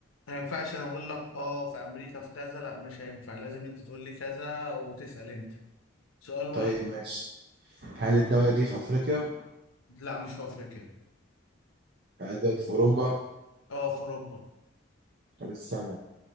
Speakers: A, on the left; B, on the right.
A: ما ينفعش أنا أقول لك آه في أمريكا في كذا لا مش هينفع لازم أنت تقول لي كذا وتسأل أنت سؤال واحد
B: طيب ماشي هل الدولة دي في أفريقيا
A: لا مش في أفريقيا
B: هل الدولة دي في أوروبا
A: آه في أوروبا
B: طب استنى